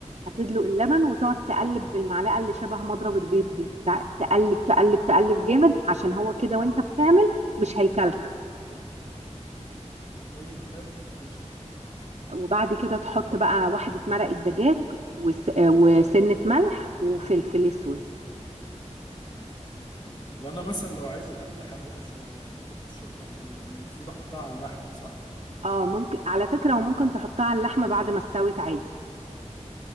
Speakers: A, on the right; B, on the left.
A: هتدلق اللبن وتقعد تقلب بالمعلقه اللي شبه مضرب البيض دي تع- تقلب تقلب تقلب جامد عشان هو كده وانت بتعمل مش هيكلكع
B: طيب حلو ماشي
A: وبعد كده تحط بقى واحده مرق الدجاج وس- آه، وسنه ملح وفلفل اسود
B: طب انا مثلا لو عايز الاكلة حراقة شوية انا بحط الشطة على ايه كان المفروض احطها على اللحمة صح
A: اه ممكن على فكرة وممكن تحطها على اللحمة بعد ما استوت عادي